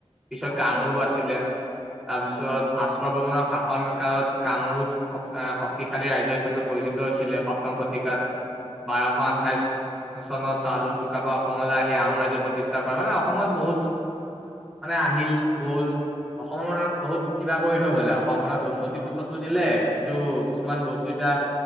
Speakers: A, in the centre; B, on the left.
A: পিছত
B: অসম
A: কামৰূপ
B: কৰিলে
A: আছিলে তাৰপিছত
B: উম
A: ভাস্কৰ বৰ্মন শাসন কালত- কামৰূপ শক্তিশালী ৰাজ্য হিচাপে পৰিচিত হৈছিলে সপ্তম শ। শতিকাত
B: উম
A: বাৰশ
B: উম
A: আঠাইশ চনত চাওলুং
B: উম
A: চুকাফা অসমলৈ আহি আহোম ৰাজইজৰ প্ৰতিষ্ঠা- মানে অসমত বহুত মানে আহিল গ'ল অসমৰ মান বহুত।। কিবা কৰি থৈ গ'লে অসমখনক উন্নতি পথত। কিন্তু কিছুমান বস্তু এতিয়া